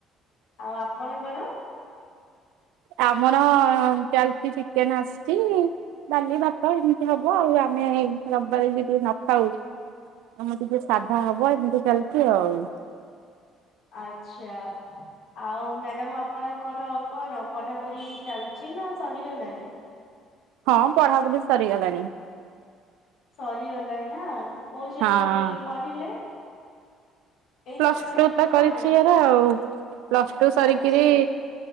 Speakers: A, on the left; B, on the right.
A: ଆଉ ଆପଣଙ୍କର?
B: ଆମର ଚାଲିଛି ଚିକେନ ଆସିଛି ଡାଲି ଭାତ ଏମିତି ହବ ଆଉ ଆମେ ରବିବାରେ ବି ଟିକେ ନ ଖାଉ। ଆମର ଟିକେ ସାଧା ହବ ଏମିତି ଚାଲିଛି ଆଉ।
A: ଆଚ୍ଛା ଆଉ ମ୍ୟାଡାମ ଆପଣଙ୍କର କଣ ପଢାପଢି ଚାଲ ଛି ନା ସରିଗଲାଣି?
B: ହଁ ପଢାପଢ଼ି ସରିଗଲାଣି।
A: ସରିଗଲାଣି ନା କୋଉଜାଏଁ
B: ହଁ
A: ଫୁଣି ପଢିଲେ? ଏଇଟା
B: ପ୍ଲସ
A: ଆପଣଙ୍କର
B: ଟୁ ତ
A: କଣ?
B: କରିଚି ହେରା ଆଉ। ପ୍ଲସ ଟୁ ସରିକିରି
A: ଆଚ୍ଛା